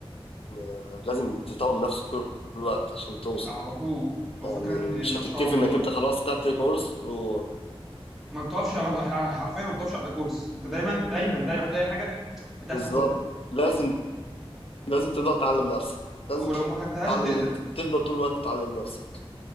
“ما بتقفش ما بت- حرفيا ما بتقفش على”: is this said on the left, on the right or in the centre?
Centre